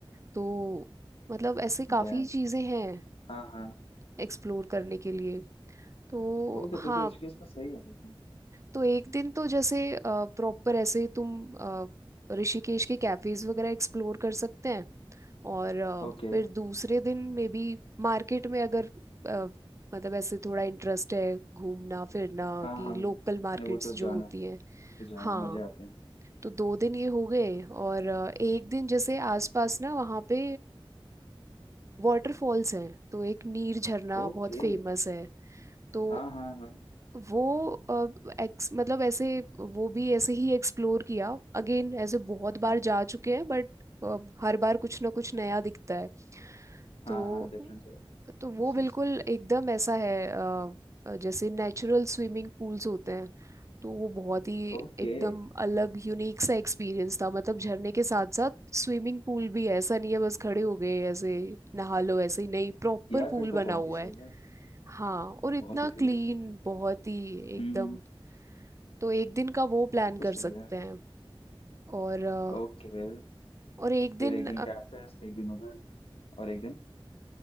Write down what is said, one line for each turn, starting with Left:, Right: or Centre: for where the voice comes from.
Right: तो मतलब ऐसे काफी
Left: डैम
Right: चीजें हैं
Left: हाँ हाँ
Right: एक्सप्लोर करने के लिए तो
Left: ओके फिर
Right: हाँ
Left: तो ऋषिकेश तो सही है फिर तो
Right: तो एक दिन तो जैसे प्रॉपर ऐसे तुम अ, ऋषिकेश के कैफेज वगैरह एक्सप्लोर कर सकते हैं और अ,
Left: ओके
Right: फिर दूसरे दिन में भी मार्केट में अगर अ, मतलब ऐसे थोड़ा इंटरेस्ट है घूमना फिरना
Left: हाँ
Right: कि
Left: हाँ
Right: लोकल
Left: हाँ
Right: मार्केट्स
Left: नहीं वो तो
Right: जो
Left: जाना
Right: होती
Left: है वो
Right: हैं
Left: तो जाना
Right: हाँ
Left: है, मजे आते हैं
Right: तो दो दिन ये हो गए और अ, एक दिन जैसे आसपास ना वहाँ पे वाटरफॉल्स हैं तो एक नीर झरना
Left: ओके
Right: बहुत फेमस है तो
Left: हाँ हाँ हाँ
Right: वो अ, एक्स मतलब ऐसे वो भी ऐसे ही एक्सप्लोर किया अगेन ऐसे बहुत
Left: ओके
Right: बार जा चुके हैं बट हर बार कुछ ना कुछ नया दिखता है
Left: हाँ
Right: तो
Left: हाँ डिफरेंस हो जाती है
Right: तो वो
Left: Yes
Right: बिल्कुल
Left: yes
Right: एकदम ऐसा है अ, जैसे नेचुरल स्विमिंग पूल्स होते हैं तो वो बहुत ही
Left: ओके
Right: एकदम अलग यूनिक सा एक्सपीरियंस था मतलब झरने के साथ साथ स्विमिंग पूल भी है ऐसा नहीं है बस खड़े हो गए ऐसे नहा लो ऐसे ही नहीं प्रॉपर
Left: यार
Right: पूल
Left: फिर तो
Right: बना
Left: बहुत
Right: हुआ
Left: ही सही
Right: है
Left: है
Right: हाँ और इतना
Left: बहुत ही सही
Right: क्लीन
Left: है तो
Right: बहुत ही एकदम
Left: हम्म हम्म,
Right: तो एक दिन का वो प्लान
Left: फिर तो सही
Right: कर सकते
Left: है
Right: हैं और अ,
Left: ओके
Right: और एक
Left: फिर
Right: दिन
Left: एक दिन कैफेस एक दिन उधर और एक दिन